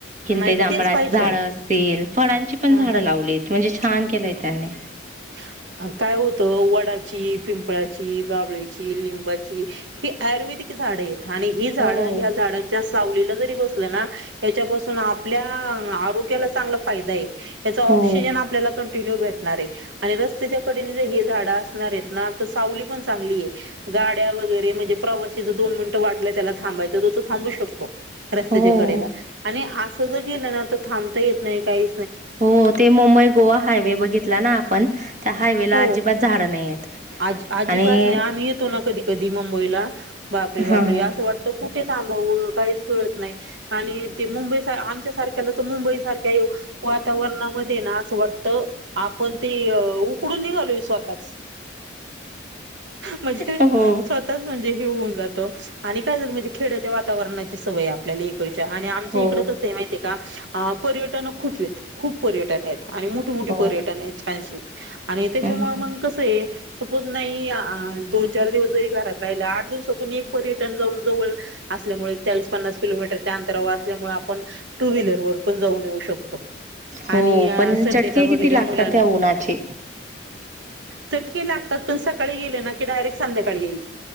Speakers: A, on the right; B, on the right.
A: नाही
B: ती जांभळाची
A: तेच पाहिजे
B: झाड असतील फळांची पण
A: हा
B: झाडं
A: हा
B: लावलीत म्हणजे छान केलंय त्यांनी.
A: <inaudible> काय होत वडाची, पिंपळाची, बाबळीची, लिंबाची हि आयुर्वेदिक झाड आणि ही झाड
B: हो
A: या झाडांच्या सावलीला जरी बसलं ना याच्यापासून आपल्या आरोग्याला चांगला फायदा आहे. याचा ऑक्सिजन
B: हो
A: आपल्याला कंटिन्यू भेटणार आहे. आणि रस्त्याच्या कडेने जर हे झाडं असणार आहेत ना तर सावली पण चांगली आहे गाड्या वगैरे म्हणजे प्रवाशी ला जर दोन मिनटं वाटलं त्याला थांबायचं तो थांबू शकतो. रस्त्याच्या
B: हो
A: कडेला आणि असं जर गेलं ना तर थांबता येत नाही काही.
B: हो ते मुंबई गोवा हायवे बघितला ना आपण त्या हायवे ला
A: हो
B: अजिबात झाडं नाही आहेत.
A: आज अजीबात
B: आणि
A: नाही आम्ही येतो ना कधी कधी मुंबईला बापरे बापरे
B: हां
A: असं वाटतं कुठ ठ थांब काही कळत नाही आणि ते मुंबई <unintelligible> आमच्यासारख्या ला तर मुंबई सारख्या वातावरणामध्ये ना असं वाटत आपण. ती उकडून निघालो स्वतःच. म्हणजे
B: हो
A: स्वतःच म्हणजे हे होऊन जाते काय झा म्हणजे खेड्याच्या वातावरणाची सवय आपल्याला आणि आमच्या
B: हो
A: इकड कस माहिती आहे का पर्यटन खूप आहेत खूप पर्यटन आहेत आणि मोठे मोठे
B: हो
A: पर्यटन आहेत छानशी आणि त्याच्यामुळे
B: हम्म.
A: मग कसं आहे सपोज नाही दोन चार दिवस जरी घरात राहिला आठ दिवसातून एक पर्यटन जाऊन जवळ असल्यामुळे चाळीस पन्नास किलोमीटरच्या अंतरावर असल्यामुळे आपण टू व्हीलर वर पण जाऊन येऊ शकतो
B: हो
A: आणि
B: पण
A: संडेला
B: चटके किती
A: वगैरे
B: लागतात
A: मुलां
B: त्या उन्हाचे.
A: चटके पण सकाळी गे क डायरे संध्याकाळी